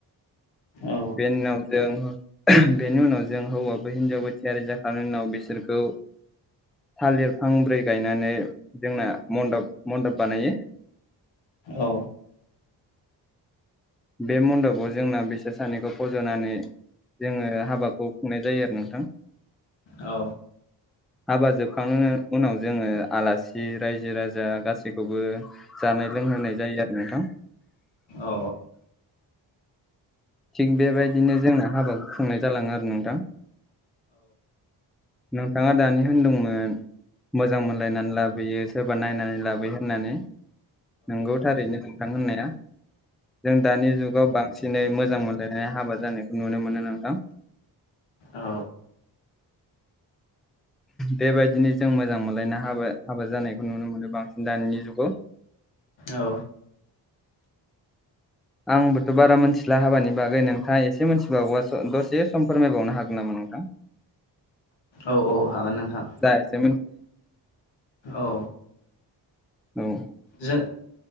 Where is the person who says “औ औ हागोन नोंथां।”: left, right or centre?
Left